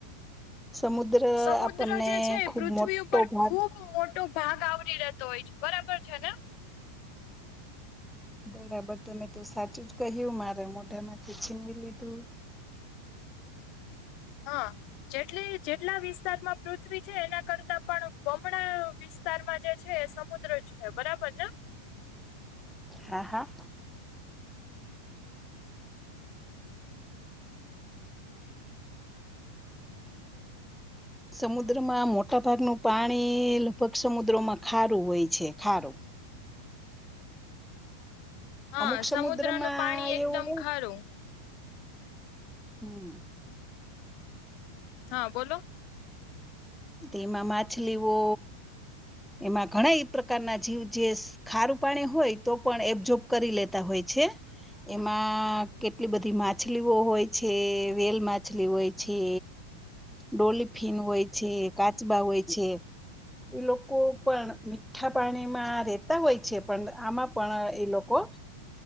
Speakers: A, in the centre; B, on the left.
A: સમુદ્ર
B: સમુદ્ર
A: આપણને
B: જે છે
A: ખુબ
B: પૃથ્વી
A: મોટો
B: ઉપર
A: ભાગ
B: ખૂબ મોટો ભાગ આવરી રહેતો હોય છે બરાબર છે ને
A: બરાબર તમે તો સાચું જ કહ્યું મારે મોઢા માંથી છીનવી લીધું.
B: હા જેટલી જેટલા વિસ્તારમાં પૃથ્વી છે એના કરતા પણ બમણા વિસ્તારમાં જે છે એ સમુદ્ર છે. બરાબર ને
A: હા હા સમુદ્રમાં મોટા ભાગનું પાણી લગભગ સમુદ્રમાં ખારું હોય છે ખારું
B: હા
A: અમુક સમુદ્રમાં
B: સમુદ્રનું પાણી એકદમ
A: એવું
B: ખારું
A: હમ્મ
B: હા બોલો
A: તેમાં માછલીઓ એમાં ઘણા એ પ્રકારના જીવ જે ખારું પાણી હોય તો પણ એબજોબ કરી લેતા હોય છે. એમાં કેટલી બધી માછલીઓ હોય છે, વેલ માછલી હોય છે. ડોલફિન હોય છે કાચબા હોય છે એ લોકો પણ મીઠા પાણીમાં રેતા હોય છે પણ આમાં પણ એ લોકો